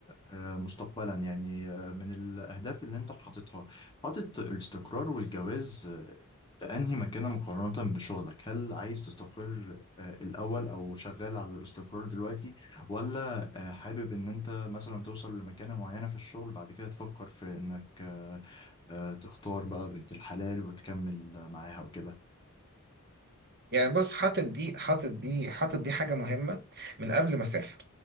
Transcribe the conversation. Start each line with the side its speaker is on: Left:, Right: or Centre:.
Left: آه، مستقبلا يعني آه، من الأهداف اللي أنت حاططها حاطط الاستقرار والجواز آه، في أنهي مكانة مقارنة بشغلك هل عايز تستقر آه، الأول أو شغال على الاستقرار دلوقتي ولا آه، حابب إن أنت مثلا توصل لمكانة معينة في الشغل بعد كده تفكر في إنك آه، آه، تختار بقى بنت الحلال وتكمل معاها وكده
Right: يعني بص حاطط دي حاطط دي حاطط دي حاجة مهمة من قبل ما أسافر